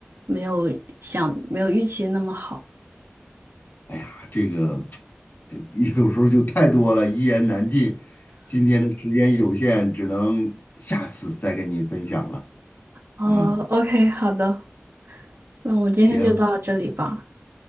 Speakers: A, on the right; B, on the left.
A: 没有想没有预期那么好。
B: 哎呀，这个 <tsk> 有时候就太多了，一言难尽。今天的时间有限，只能下次再跟你分享了。
A: 哦，OK，
B: 嗯。
A: 好的，那我们今天就到这里吧。
B: 行，